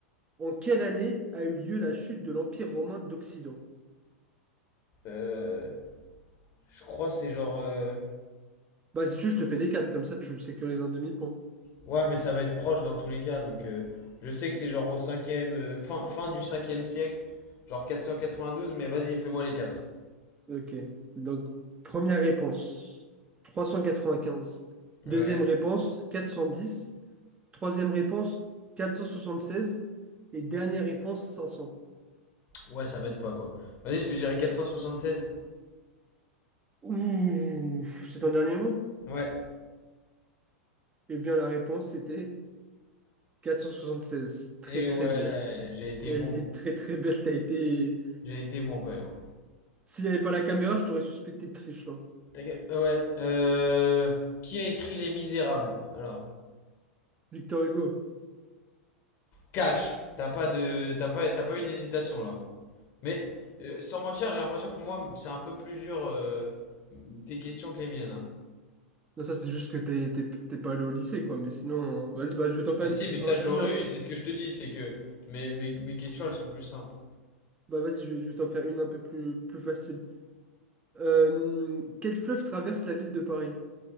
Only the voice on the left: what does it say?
Euh... Je crois que c'est genre... euh,
Ouais, mais ça va être proche dans tous les cas. Donc, euh, je sais que c'est genre au cinquième... euh, fin, fin du cinquième siècle. Genre quatre quatre-vingt-douze. cent quatre-vingt-douze, mais vas-y, fais-moi les quatre.
Ouais.
Ouais, ça m'aide pas, quoi. Vas-y, je te dirais 476.
Ouais.
Et
ouais,
j'ai été
bon.
J'ai été bon quand même.
Ta gueule. Euh, Ouais. Euh... Qui a écrit Les Misérables? Alors,
Cash. T'as pas de, t'as pas, t'as pas eu d'hésitation là. Mais euh, sans mentir, j'ai l'impression que moi, c'est un peu plus dur euh, tes questions que les miennes. hein.
Bah
si, mais ça
je l'aurais
eu. C'est ce que je te dis, c'est que mes, mes, mes questions elles sont plus simples.